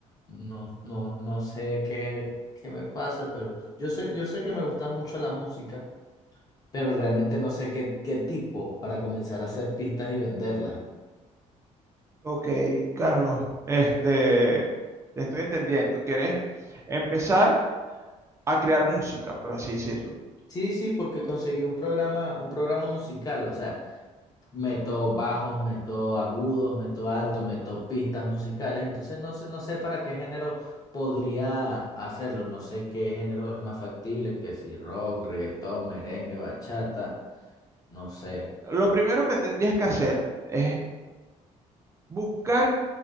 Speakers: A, on the left; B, on the right.
A: No, no, no sé qué, qué me pasa, pero yo sé, yo sé que me gusta mucho la música, pero realmente no sé qué, qué tipo para comenzar a hacer pistas y venderlas.
B: Ok, Carlos, este, te estoy entendiendo. ¿Querés empezar a crear música, por así decirlo?
A: Sí, sí, porque conseguí un programa, un programa musical, o sea, meto bajos, meto agudos, meto altos, meto pistas musicales, entonces no sé, no sé para qué género podría hacerlo, no sé qué género es más factible, que si rock, reggaetón, merengue, bachata, no sé.
B: Lo primero que tendrías que hacer es buscar